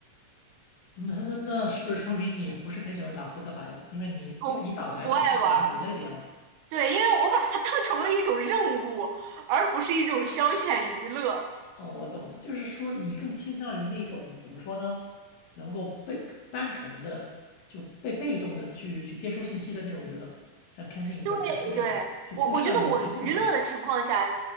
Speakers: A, on the left; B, on the right.
A: 那那那是不是说明你不是很喜欢打扑克牌呀？因为你因为你打牌总是感觉很累的样子。
B: 我我不爱玩。对，因为我把它当成了一种任务，而不是一种消遣娱乐。
A: 哦，我懂了，就是说你更倾向于那种怎么说呢，能够被单纯的就被被动的去去接收信息的那种娱乐，像看电影或者看书这样的，
B: 对对，
A: 就不需要你去做什么。
B: 我我觉得我娱乐的情况下，